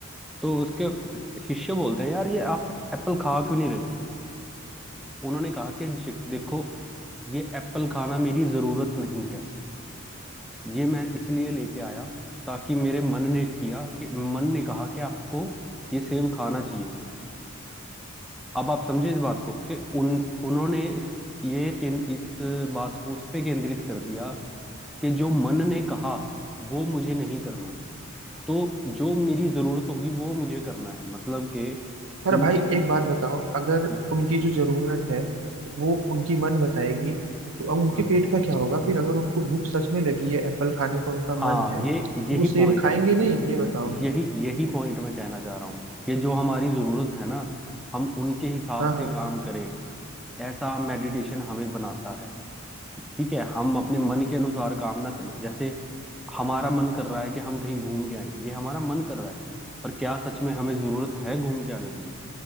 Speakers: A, in the centre; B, on the right.
A: तो उसके शिष्य बोलते हैं यार ये आप एप्पल खा क्यों नहीं रहे उन्होंने कहा कि "जी- देखो ये एप्पल खाना मेरी जरूरत नहीं है ये मैं इसलिए लेके आया ताकि मेरे मन ने किया कि मन ने कहा कि आपको ये सेब खाना चाहिए अब आप समझे इस बात को कि उन उन्होंने इस ये केन- इस बात को उस पे केंद्रित कर दिया कि जो मन ने कहा वो मुझे नहीं करना तो जो मेरी जरूरत होगी वो मुझे करना है मतलब कि
B: पर
A: उनकी
B: भाई एक बात बताओ अगर
A: हम्म,
B: उनकी जो जरूरत है वो उनकी मन बताएगी तो अब उनके
A: हम्म।
B: पेट का क्या होगा फिर अगर उनको भूख सच में लगी है एप्पल खाने का उनका
A: हाँ
B: मन है
A: ये
B: तो
A: यही
B: वो सेब
A: पॉइंट
B: खाएंगे
A: है
B: नहीं ये बताओ
A: यही यही पॉइंट मैं कहना चाह रहा हूँ कि जो हमारी जरूरत है ना हम उनके हिसाब
B: हाँ हाँ
A: से काम करें ऐसा मेडिटेशन हमें बनाता है ठीक है हम अपने मन के अनुसार काम ना चले जैसे हमारा मन कर रहा है कि हम कहीं घूम के आए ये हमारा मन कर रहा है पर क्या सच में हमें जरूरत है घूम के आने की